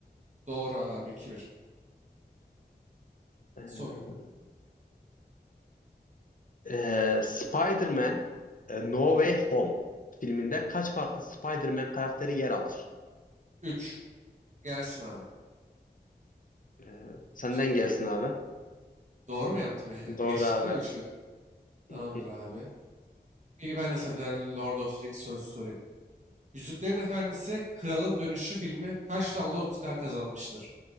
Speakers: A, on the right; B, on the left.
A: Doğru abi 2-1.
B: Ee,
A: Sor.
B: e, Spider-Man e, No Way Home filminde kaç farklı Spider-Man karakteri yer alır?
A: 3. Gelsin abi.
B: Ee, senden
A: Şıklar.
B: gelsin abi.
A: Doğru mu yaptım ya? <laughs>
B: Doğru
A: Geçtik
B: abi
A: değil
B: evet.
A: mi? 3-1. Tamamdır
B: Hı hı.
A: abi. Peki ben de sana bir tane Lord of the Rings sorusu sorayım. Yüzüklerin Efendisi Kralın Dönüşü filmi kaç dalda Oscar kazanmıştır?